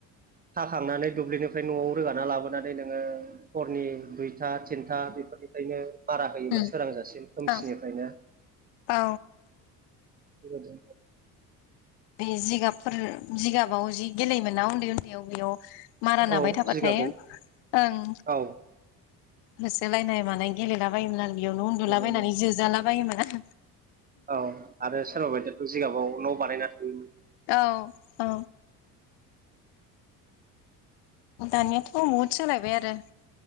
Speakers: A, on the right (about 20°); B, on the left (about 55°).
A: हाखांनानै दुब्लिनिफ्राय न'आव रोगाना लाबोनानै नोङो हरनि दुइथा थिनथा बेफोरनिफ्रायनो मारा होयोमोन
B: उम
A: सोरांजासिम खोमसिनिफ्रायनो।
B: औ औ
A: <unintelligible>
B: बे जिगाबफोर जिगाबाव जि गेलेयोमोन ना उन्दै उन्दैयाव बेयाव मारा नाबाय
A: औ
B: थाबाथाय
A: जिगाबाव
B: ओं
A: औ
B: होसोलायनाय मानाय गेलेलाबायोमोन आरो बेयावनो उन्दुलाबायनानै
A: हेबोमोन
B: जोजाला बायोमोन।
A: औ आरो सोरबा बायदियाथ' जिगाबाव न' बानायना थायोमोन।
B: औ औ दानियाथ' बुहुत सोलायबाय आरो